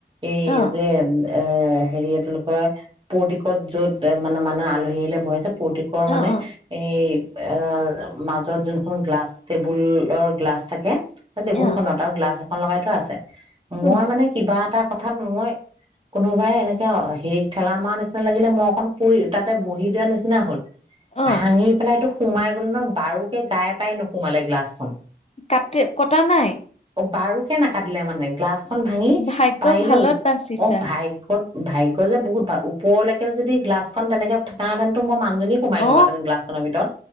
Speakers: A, on the right; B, on the left.
A: এই
B: অ
A: যে এ হেৰি এই তেওঁলোকৰ পৌৰ্টিকত য'ত মানে মানুহে আলহী আহিলে বহে জে পৌৰ্টিকত মানে
B: অ অ
A: এই এ মাজত যোনখন গ্লাছ টেবুলৰ গ্লাছ থাকে তেবুল
B: অ
A: তহঁতৰ গ্লাছ এখন লগাই থোৱা আছে
B: উম
A: মই মানে কিবা এটা কথাত মই কোনোবাই এনেকে হেৰি ঠেলা মাৰ নিচিনা লাগিলে মই অকণ পুৰি তাতে বহি দিয়াৰ নিচিনা হল
B: অ
A: ভাঙি পেলাইটো। সোমাই গ'ল ন বাৰুকে গায়ে পাই নোসোমালে গ্লাছ হয়
B: কাটি কটা নাই
A: বাৰু কে নাকাটিলে মানে গ্লাছ খন ভাঙি
B: ভাগ্য
A: পাৰিলে
B: ভালত বাচিছা
A: অ ভাইকত ভাগ্যয় যে বহুত ভাল ওপৰলৈকে যদি গ্লাছখন তেনেকে থাকাহেঁতেনো মই মানু জনী সোমাই
B: অ
A: গলো হেতেন গলাছখনৰ ভিতৰত